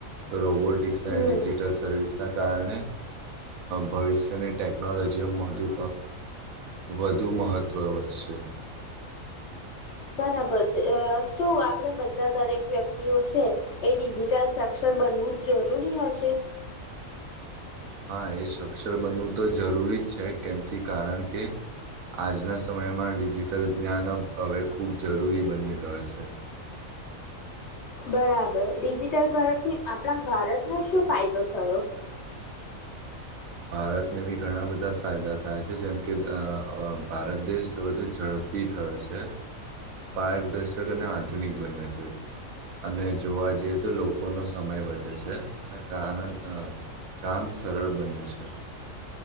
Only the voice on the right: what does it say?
તો રોબોટિક્સ
અને ડિજિટલ સર્વિસ તે કારણે ભવિષ્યની ટેકનોલોજીઓ વધુ વધુ મહત્ત્વ વધશે.
હા એ સક્ષર બનવું તો જરૂરી જ છે કેમ કે કારણ કે આજના સમયમાં ડિજિટલ જ્ઞાન હવે ખૂબ જરૂરી બની ગયું છે.
ભારતને બી ઘણા બધા ફાયદા થયા છે જેમ કે ભારત દેશ વધુ ઝડપે થયો છે અને પારદર્શક અને આધુનિક બને છે અને જોવા જઈએ તો લોકોનો સમય બચે છે અને કારણ કામ સરળ બન્યું છે